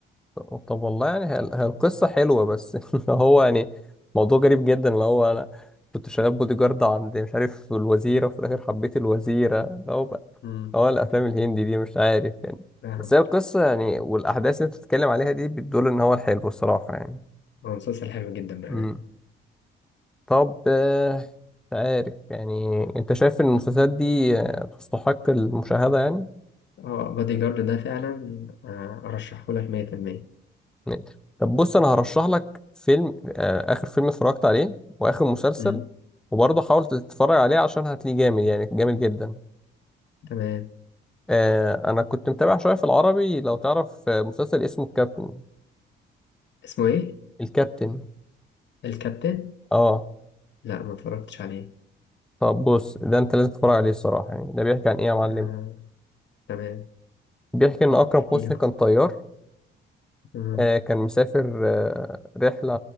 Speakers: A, in the centre; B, on the left.
A: طب طب والله يعني هي هي القصة حلوة بس <laughs> اللي هو يعني موضوع غريب جدا اللي هو انا كنت شغال بودي جارد عند مش عارف الوزيرة وفي الآخر حبيت الوزيرة اللي هو بقى
B: مم.
A: هو الأفلام الهندي دي مش عارف يعني
B: فاهم.
A: بس هي القصة يعني والأحداث اللي أنت بتتكلم عليها دي بتدل إن هو الحلو الصراحة يعني
B: هو مسلسل حلو جدا بأمانة
A: امم طب آه، مش عارف يعني أنت شايف إن المسلسلات دي آه، تستحق المشاهدة يعني؟
B: اه بادي جارد ده فعلا آه، أرشحه لك مية في المية
A: اتنين. طب بص انا هرشح لك فيلم آه، اخر فيلم اتفرجت عليه واخر مسلسل
B: مم.
A: وبرضه حاول تتفرج عليه عشان هتلاقيه جامد يعني جامد جدا
B: تمام
A: آه انا كنت متابع شويه في العربي لو تعرف آه، مسلسل اسمه الكابتن
B: اسمه إيه؟
A: الكابتن
B: الكابتن؟
A: اه
B: لأ ما اتفرجتش عليه
A: طب بص ده انت لازم تتفرج عليه الصراحه يعني ده بيحكي عن ايه يا معلم
B: آه. تمام
A: بيحكي ان اكرم
B: احكي
A: حسني
B: لك
A: كان طيار
B: تمام
A: آه كان مسافر آه رحله